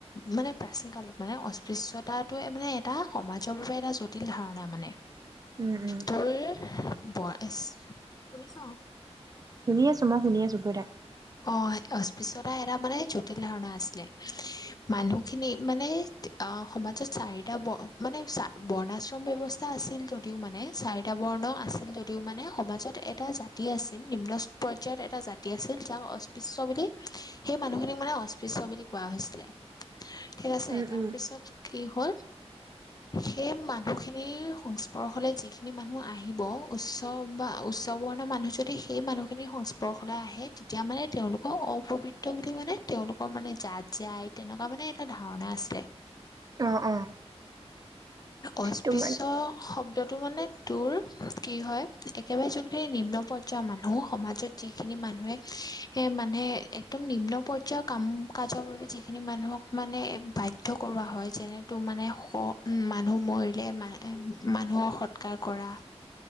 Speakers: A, on the left; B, on the right.
A: মানে প্ৰাচীন কালত মানে অস্পৃশ্তাটোে মানে এটা সমাজৰ বাবে এটা জটিল ধাৰণা মানে।
B: উম, উম।
A: তোৰ পয়েচ শুনিছ?
B: শুনি আছো মই শুনি আছো কই থাক।
A: অ অস্পৃশতা এটা মানে জটিল ধাৰণা আছিলে মানুহখিনি মানে সমাজত চাৰিটা ব মানে চ বৰ্ণাশ্ৰম ব্যৱস্থা আছিল যদিও মানে চ, ব্ৰণ আছিল যদিও মানে, সমাজত এটা জাতি আছিল নিম্ন পৰ্যায়ত এটা জাতি আছিল। যাক অস্পৃশ্য বুলি সেই মানুহখিনিক মানে অস্পৃশ্য বুলি কোৱা হৈছিলে। ঠিক আছে
B: উম,
A: তাৰপিছত,
B: উম।
A: কি হ'ল সেই মানুহখিনিৰ সংস্পৰ্শলৈ যিখিনি মানুহ আহিব উচ্চ বা উচ্চ বৰ্ণৰ মানুহ যদি সেই মানুহখিনিৰ সংস্পৰ্শলৈ আহে, তেতিয়া মানে তেওঁলোকক অপবিত্ৰ বুলি মানে তেওঁলোকৰ মানে যাত যায় তেনেকুৱা মানে এটা ধাৰণা আছিলে।
B: অ অ।
A: অস্পৃশ্য,
B: তোমাৰ
A: শব্দটো মানে তোৰ কি হয় একেবাৰে যোনখিনি নিম্ন পৰ্যায়ৰ মানুহ সমাজত যিখিনি মানুহে, এ মানে একদম নিম্ন পৰ্যায়ৰ কাম কাজৰ বাবে যিখিনি মানুহক মানে বাধ্য কৰোৱা হয় যেনে তো মানে হ মানুহ মৰিলে মানুহৰ সৎকাৰ কৰা